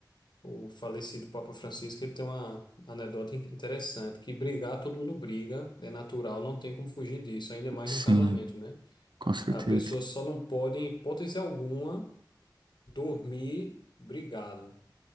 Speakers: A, on the left; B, on the right.
A: o falecido Papa Francisco ele tem uma anedota in- interessante, que brigar todo mundo briga, é natural, não tem como fugir disso, ainda mais
B: Sim,
A: num casamento, né?
B: com certeza.
A: A pessoa só não pode, em hipótese alguma, dormir brigado,